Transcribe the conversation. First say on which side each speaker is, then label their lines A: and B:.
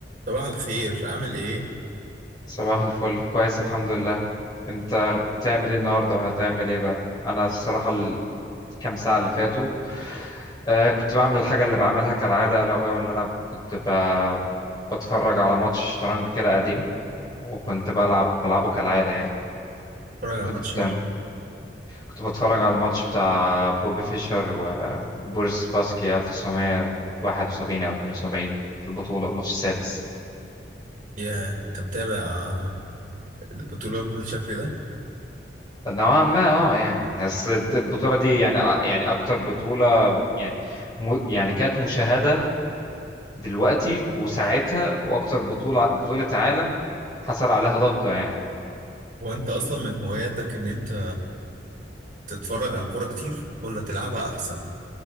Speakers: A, on the right; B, on the left.
A: صباح الخير عامل ايه؟
B: صباح الفل كويس الحمد لله انت بتعمل ايه النهارده وهتعمل ايه بقى انا الصراحه الكام ساعه اللي فاتوا آه كنت بعمل الحاجه اللي بعملها كالعاده لو هو اللي انا كنت ب... بتفرج على ماتش شطرنج كده قديم وكنت بلعب بلعبه كالعاده يعني
A: اتفرج
B: انت
A: على ماتش
B: كنت بتعمل
A: مين؟
B: كنت بتفرج على الماتش بتاع بوبي فيشر وبوريس باسكي 1971 او 72 في البطوله الماتش السادس
A: يا انت متابع البطولة بالشكل ده؟
B: نوعا ما اه يعني بس البطولة دي يعني آه، يعني أكتر بطولة يعني م... يعني كانت مشاهدة دلوقتي وساعتها وأكتر بطولة بطولة عالم حصل عليها ضجة يعني
A: هو انت اصلا من هواياتك ان انت تتفرج على كورة كتير ولا تلعبها احسن؟